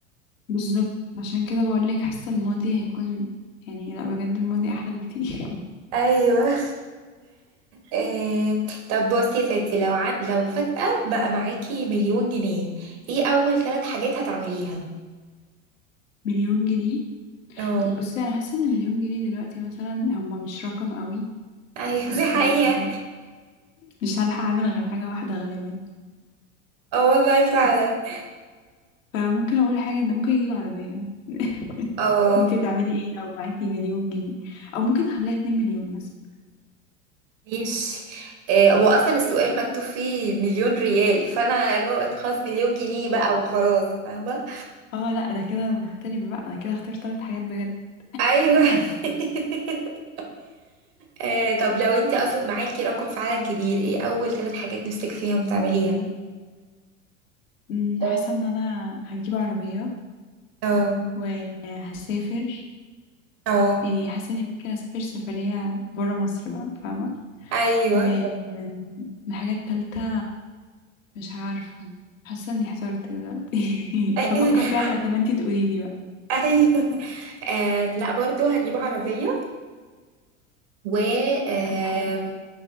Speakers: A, on the left; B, on the right.
A: بالظبط عشان كده بقول لك حاسة الماضي هيكون يعني لا بجد الماضي احلى بكتير
B: ايوه آه، طب بصي يا ستي لو عن... لو فجأة بقى معاكي مليون جنيه ايه اول ثلاث حاجات هتعمليها
A: <laughs> مليون جنيه
B: اه
A: طب بصي انا حاسه ان مليون جنيه دلوقتي مثلا هما مش رقم قوي
B: ايوه
A: بس
B: دي حقيقة
A: آه، مش هلحق اعمل غير حاجة واحدة غالبا
B: اه والله فعلا
A: بس فممكن اقول حاجة ان ممكن اجيب عربية <laughs>
B: اه
A: انتي تعملي ايه لو معاكي مليون جنيه او ممكن اخليها 2 مليون مثلا
B: ماشي آه، هو اصلا السؤال مكتوب فيه مليون ريال فانا اللي هو خلاص مليون جنيه بقى وخلاص فاهمه
A: اه لا ده كده نختلف بقى انا كده اختار ثلاث حاجات بجد
B: ايوه
A: <laughs>
B: <laughs> آه، طب لو انت اصلا معاكي رقم فعلا كبير ايه اول ثلاث حاجات نفسك فيهم تعمليها
A: أمم،
B: آه،
A: حاسة ان انا هجيب عربية
B: اه
A: وهسافر
B: اه
A: يعني حاسة اني ممكن اسافر سفرية برا مصر بقى فاهمة
B: ايوه
A: و أمم،
B: <laughs>
A: الحاجة التالتة مش عارفة حاسة اني احترت دلوقتي
B: آه.
A: <laughs> هفكر فيها لحد ما انتي تقولي لي بقى
B: ايوه آه لا برضو هجيب عربية و آه،
A: اهم حاجة